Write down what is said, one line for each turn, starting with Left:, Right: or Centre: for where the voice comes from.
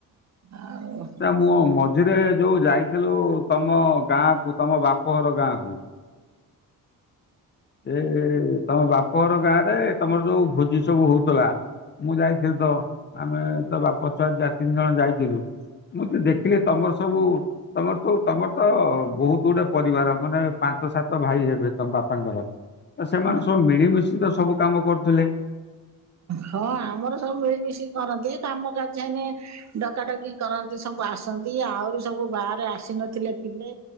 Right: ଆଉ
Left: ନା ମୁଁ ମଝିରେ ଯୋଉ ଯାଇଥିଲୁ ତମ ଗାଁ କୁ ତମ ବାପ ଘର ଗାଁ କୁ ଏ ତମ ବାପ ଘର ଗାଁ ରେ ତମର ଯୋଉ ଭୋଜି ସବୁ ହୋଉଥୁଲା ମୁଁ ଯାଇଥିଲି ତ ଆମେ ତ ବାପ ଛୁଆ ଯା ତିନି ଜଣ ଯାଇଥିଲୁ। ମୁଁ ତ ଦେଖିଲି ତମର ସବୁ ତମର ସବୁ ତମର ତ ବୋହୁତ ଗୁଟେ ପରିବାର ମାନେ ପାଞ୍ଚ ସାତ ଭାଇ ହେବେ ତମ ବାପାଙ୍କର ସେମାନେ
Right: ହଁ
Left: ସବୁ ମିଳିମିଶି ତ ସବୁ କାମ କରୁଥିଲେ।
Right: ହଁ ଆମର ସବୁ ମିଳିମିଶିକି କରନ୍ତି କାମ କାର୍ଯ୍ୟ ହେନେ ଡକା ଡକି କରନ୍ତି ସବୁ ଆସନ୍ତି ଆହୁରି ସବୁ ବାହାରେ ଆସି ନଥିଲେ ଥିଲେ